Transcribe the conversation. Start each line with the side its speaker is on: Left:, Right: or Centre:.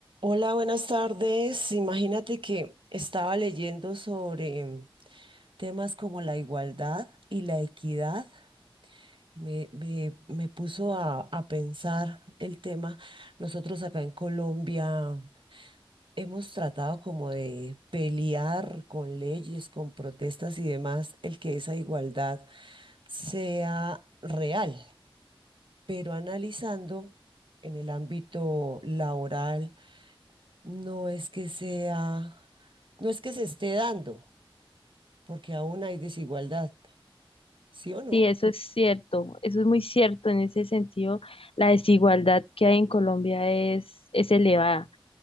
Right: Hola, buenas tardes. Imagínate que estaba leyendo sobre temas como la igualdad y la equidad. Me, me- me puso a, a pensar el tema. Nosotros acá en Colombia hemos tratado como de pelear con leyes, con protestas y demás, el que esa igualdad sea real. Pero analizando en el ámbito laboral No es que sea, no es que se esté dando, porque aún hay desigualdad, ¿sí o no?
Left: Sí, eso es cierto, eso es muy cierto. En ese sentido, la desigualdad que hay en Colombia es, es elevada,